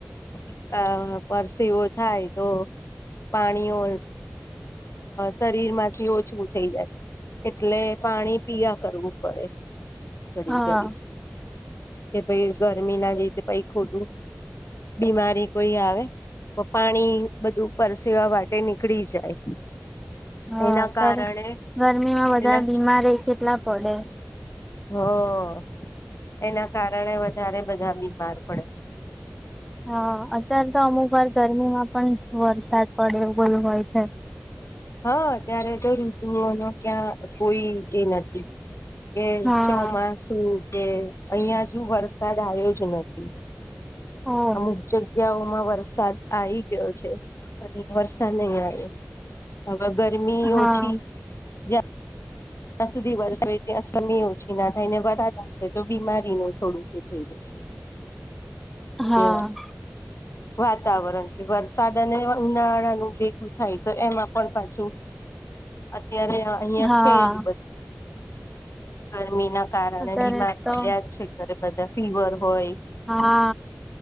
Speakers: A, on the left (about 80°); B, in the centre.
A: <inaudible> પરસીઓ થાય તો પાણીઓ શરીર માંથી ઓછું થઈ જાય એટલે પાણી પીવા કરવું પડે ઘડી
B: હા
A: ઘડી. કે ભાઈ ગરમી ના રીતે કાઈ ખોટું બીમારી કોઈ આવે તો પાણી બધું પરસેવા વાટે નીકળી જાય.
B: હા
A: એના
B: અત્યારે
A: કારણે
B: ગરમીમાં બધા
A: એના
B: બીમારે કેટલા પડે.
A: હા. એના કારણે વધારે બધા બીમાર પડે.
B: હા, અત્યારે તો અમુક વાર ગરમીમાં પણ વરસાદ પડે હોય <unintelligible> છે.
A: હા ત્યારે તો ઋતુઓ નો ક્યાં કોઈ એ નથી. કે
B: હા.
A: ચોમાસું કે અહિયાં જો વરસાદ આવ્યો જ નથી.
B: ઓહ
A: અમુક જગ્યાઓમાં વરસાદ આવી ગયો છે અને વરસાદ નહી આવે. હવે ગરમી
B: હા
A: ઓછી જા ત્યાં સુધી વરસોય ત્યાં સમય ઓછી ના થાય ને વધારેશે તો બીમારી ની થોડુંક એ થઈ જશે
B: હા
A: એવા વાતાવરણ કે વરસાદ અને ઉનાળાનું ભેગું થાય તો એમાં પણ પાછું અત્યારે અહિયાં
B: હા
A: છે જ ગરમીમાં કારણે
B: અત્યારે
A: બીમાર પડ્યા
B: તો
A: જ છે ઘરે બધા. ફીવર હોય
B: હા